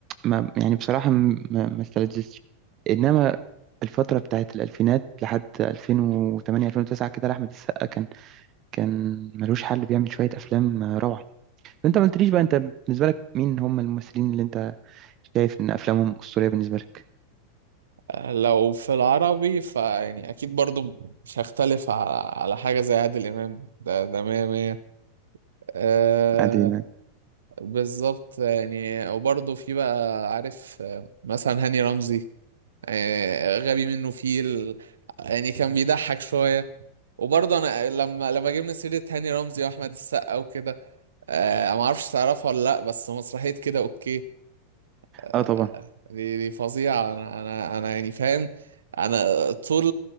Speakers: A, on the right; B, on the right.
A: ما يعني بصراحة م- ما ما استلذتش إنما الفترة بتاعت الألفينات لحد 2008 2009 كده لأحمد السقا كان ملوش حل بيعمل شوية أفلام آه، روعة فأنت ما قلتليش بقى أنت بالنسبة لك مين هم الممثلين اللي أنت شايف إن أفلامهم أسطورية بالنسبة لك؟
B: لا لو في العربي فيعني اكيد برضو مش هختلف على, على حاجة زي عادل امام ده ده مية مية آه
A: عادل إمام
B: بالظبط يعني وبرضو في بقى عارف آه، مثلا هاني رمزي آه، غبي منه فيل يعني كان بيضحك شوية وبرضه انا لما لما جبنا سيرة هاني رمزي واحمد السقا وكده آه، ما اعرفش تعرفها ولا لا بس مسرحية كده اوكي آه،
A: أه طبعا
B: دي دي فظيعة أنا أنا أنا يعني فاهم أنا طول